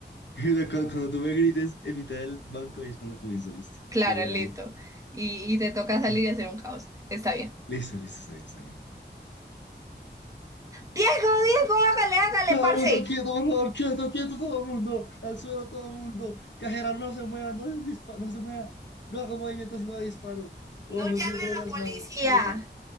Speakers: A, on the left; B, on the right.
A: <laughs> Cuando, cuando tú me grites en mitad del banco, ahí es cuando comienzo, listo.
B: Claro,
A: Dale, dale.
B: listo. Y, y te toca salir
A: Mm.
B: y hacer un caos. Está bien.
A: Listo, listo, está bien, está bien.
B: Diego, Diego, hágale, hágale,
A: Todo
B: parce.
A: el mundo quieto, por favor, quieto, quieto, todo el mundo. Al suelo, todo el mundo. Cajera, no se mueva, no, dispa- no se mueva. No haga movimientos, no de disparo. Ojos
B: No llame
A: siguiéndole
B: a la
A: las
B: policía.
A: manos. Quieta,